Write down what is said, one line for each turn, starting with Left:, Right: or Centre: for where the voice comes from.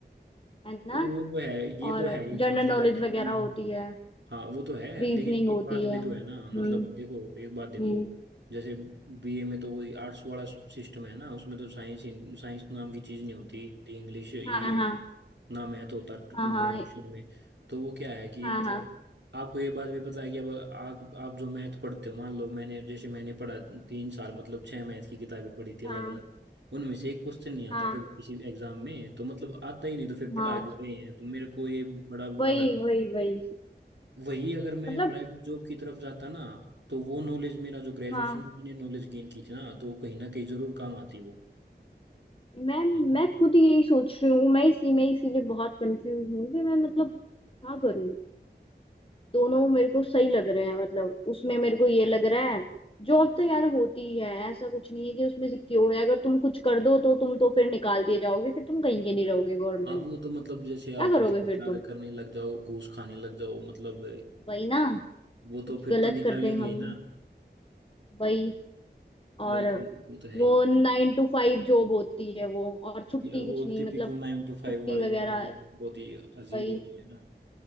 Left: है ना
Right: और वो तो है ये
Left: और
Right: तो है ये
Left: जनरल
Right: कि मतलब
Left: नॉलेज
Right: एग्जाम
Left: वगैरह
Right: में
Left: होती है
Right: हाँ वो तो है
Left: रीजनिंग
Right: लेकिन
Left: होती
Right: एक बात भी
Left: है
Right: तो
Left: हम्म
Right: है ना मतलब देखो एक बात देखो
Left: हम्म
Right: जैसे बीए में तो वही आर्ट्स वाला सिस्टम है ना उसमें तो साइंस साइंस नाम की चीज नहीं होती इंग्लिश यही
Left: हाँ
Right: हो
Left: हाँ
Right: ना मैथ होता ग्रेजुएशन
Left: हाँ हाँ
Right: में तो वो क्या है कि
Left: हाँ
Right: मतलब
Left: हाँ
Right: आपको ये बात भी पता है कि अब आप आप जो मैथ पढ़ते हो मान लो मैंने जैसे मैंने पढ़ा तीन साल मतलब छह मैथ की किताबें पढ़ी थी अलग
Left: हाँ
Right: अलग उनमें से एक क्वेश्चन नहीं आता
Left: हाँ
Right: कभी किसी एग्जाम में तो मतलब आता ही नहीं तो फिर पढ़ा
Left: हाँ
Right: क्यों रहे हैं तो मेरे को ये बड़ा बुरा
Left: वही
Right: लगा
Left: वही वही
Right: वही अगर मैं
Left: मतलब
Right: प्राइवेट जॉब की तरफ जाता ना तो वो नॉलेज मेरा जो ग्रेजुएशन
Left: हाँ
Right: में मैंने नॉलेज गेन की थी ना तो वो कहीं ना कहीं जरूर काम आती वो
Left: मैं मैं
Right: है ना?
Left: खुद यही सोच रही हूँ मैं इसी में इसीलिए बहुत कंफ्यूज हूँ कि मैं मतलब क्या करूँ दोनों मेरे को सही लग रहे हैं मतलब उसमें मेरे को ये लग रहा है जॉब तो यार होती है ऐसा कुछ नहीं है कि उसमें सिक्योर है अगर तुम कुछ कर दो तो तुम तो फिर निकाल दिए जाओगे फिर तुम कहीं के नहीं रहोगे गवर्नमेंट
Right: अब वो तो मतलब जैसे
Left: क्या
Right: आप भ्रष्टाचार
Left: करोगे फिर तुम
Right: करने लग जाओ घूस खाने लग जाओ मतलब
Left: वही ना
Right: वो
Left: कुछ
Right: तो फिर
Left: गलत
Right: तो निकालेंगे
Left: करते हैं हम
Right: ही ना
Left: वही
Right: बिल्कुल
Left: और
Right: वो तो है
Left: वो
Right: ही
Left: नाइन टू फाइव जॉब होती है वो और छुट्टी
Right: या वो
Left: कुछ नहीं
Right: टिपिकल
Left: मतलब
Right: नाइन टू फाइव
Left: छुट्टी
Right: वाली
Left: वगैरह
Right: वाइफ बहुत ही अजीब
Left: वही
Right: होती है ना